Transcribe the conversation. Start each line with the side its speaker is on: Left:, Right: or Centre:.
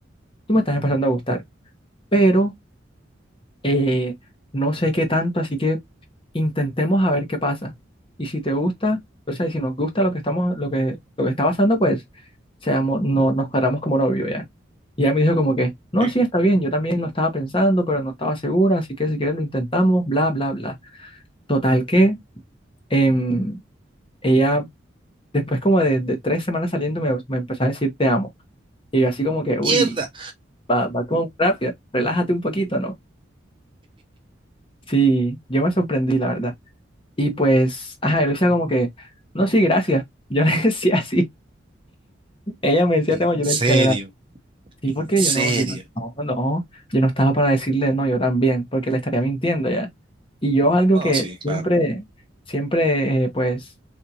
Left: tú me estás empezando a gustar, pero eh, no sé qué tanto, así que intentemos a ver qué pasa. Y si te gusta, o sea, y si nos gusta lo que estamos, lo que, lo que está pasando, pues seamos, no, nos cuadramos como novio ya. Y ella me dijo como que, no,
Right: ok.
Left: sí, está bien, yo también lo estaba pensando, pero no estaba segura, así que si quieres lo intentamos, bla, bla, bla. Total que em, ella, después como de, de tres semanas saliendo, me, me empezó a decir te amo. Y yo así como que, uy,
Right: Mierda.
Left: va, va como rápido, relájate un poquito, ¿no? Sí, yo me sorprendí, la verdad. Y pues, ajá, yo le decía como que, no, sí, gracias. Yo le <laughs> decía así. Ella me decía
Right: En
Left: tema, yo
Right: serio,
Left: le decía gracias. Sí,
Right: en
Left: porque
Right: serio.
Left: yo no, yo no, no, no, yo no estaba para decirle no, yo también, porque le estaría mintiendo ya. Y yo algo
Right: Bueno,
Left: que
Right: sí, claro,
Left: siempre, siempre, eh, pues,